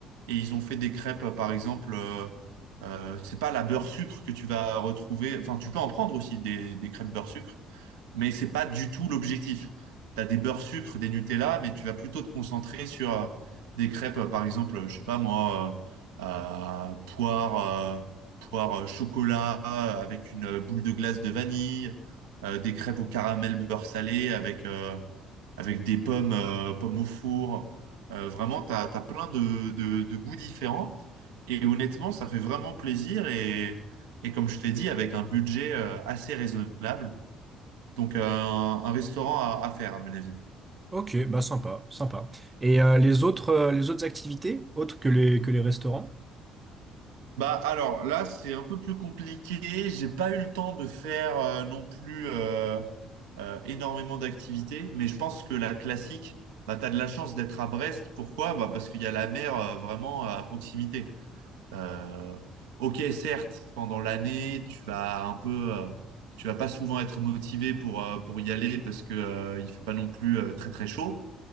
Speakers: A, on the right (about 75°); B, on the right (about 20°).
A: et ils ont fait des crêpes euh, par exemple euh, euh, c'est pas la beurre sucre que tu vas retrouver enfin tu peux en prendre aussi des, des crêpes beurre sucre mais c'est pas du tout l'objectif. Tu as des beurres sucre, des Nutella, mais tu vas plutôt te concentrer sur euh, des crêpes, euh, par exemple, euh, je sais pas moi, euh, euh, poire, euh, poire euh, chocolat euh, avec une euh, boule de glace de vanille, euh, des crêpes au caramel beurre salé avec, euh, avec des pommes, euh, pommes au four. Euh, vraiment, tu as, plein de, de, de goûts différents. Et honnêtement, ça fait vraiment plaisir. Et, et comme je t'ai dit, avec un budget euh, assez raisonnable. Donc, euh, un, un restaurant à, à faire, à mon avis.
B: Ok, bah sympa, sympa. Et euh, les autres, euh, les autres activités, autres que les, que les restaurants?
A: Bah, alors là, c'est un peu plus compliqué. J'ai pas eu le temps de faire euh, non plus euh, euh, énormément d'activités, mais je pense que la classique, bah, t'as de la chance d'être à Brest. Pourquoi? Bah, parce qu'il y a la mer euh, vraiment euh, à proximité. Euh, ok, certes, pendant l'année, tu vas un peu, euh, tu vas pas souvent être motivé pour, euh, pour y aller parce que euh, il fait pas non plus euh, très très chaud.